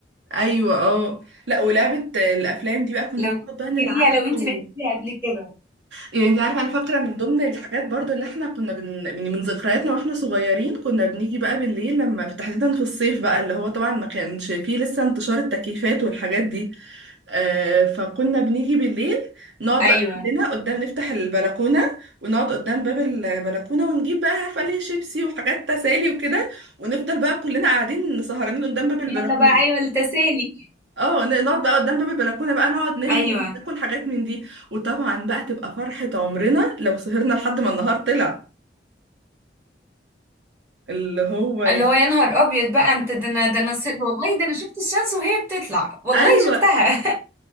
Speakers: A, on the right (about 80°); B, on the right (about 15°).
A: ايوه اه لا ولعبه الافلام دي بقى كنا
B: لو
A: بنقعد
B: تفتكريها
A: بقى نلعبها
B: لو انت
A: و...
B: لعبتيها قبل كده
A: يعني انت عارفه انا فاكره من ضمن الحاجات برضو اللي احنا كنا بن... من من ذكرياتنا واحنا صغيرين كنا بنيجي بقى بالليل لما تحديدا في الصيف بقى اللي هو طبعا ما كانش فيه لسه انتشار التكييفات والحاجات دي آه فكنا بنيجي بالليل نقعد
B: ايوه
A: بقى كلنا قدام نفتح البلكونه ونقعد قدام باب البلكونه ونجيب بقى عارفه ليه شيبسي وحاجات تسالي وكده ونفضل بقى كلنا قاعدين سهرانين قدام باب البلكونه
B: يلا بقى ايوه التسالي
A: اه ن- نقعد بقى قدام باب البلكونه بقى نقعد نرغي
B: ايوه
A: ناكل حاجات من دي وطبعا بقى تبقى فرحه عمرنا لو سهرنا لحد ما النهار طلع اللي هو يعني
B: اللي هو يا نهار ابيض بقى انت ده انا ده انا س- والله ده انا شفت الشمس وهي بتطلع والله
A: ايوه
B: شفتها